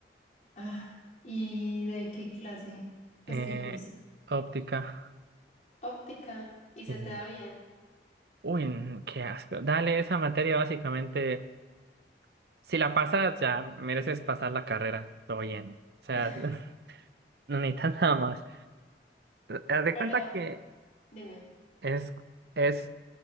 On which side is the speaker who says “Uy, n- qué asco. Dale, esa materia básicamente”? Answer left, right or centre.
Right